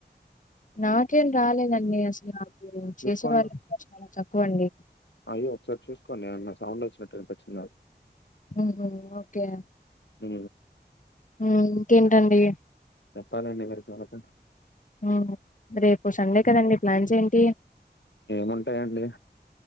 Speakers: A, on the left; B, on the left.
A: నాకేం రాలేదండి అసల నాకు
B: చూసుకోండి
A: చేసే వాళ్ళు చాలా తక్కువ అండి
B: అయ్యో ఒకసారి చూసుకోండి ఏవన్న సౌండ్ వచ్చినట్టు అనిపిచ్చింది నా
A: ఉహు ఓకే
B: ఉ
A: ఉ ఇంకేంటండి
B: చెప్పాలండి మీరు చబితే
A: ఆ రేపు సండే కదండి ప్లాన్స్ ఏంటి
B: ఏముంటాయండి